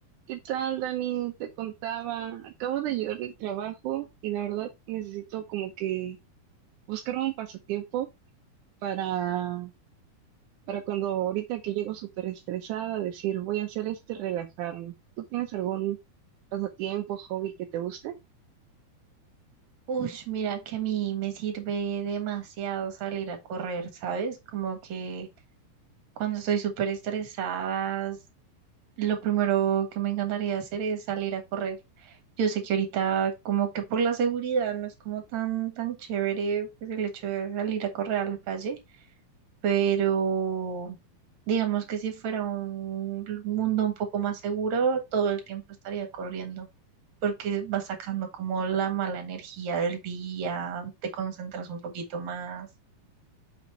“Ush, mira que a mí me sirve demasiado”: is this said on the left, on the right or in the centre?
Right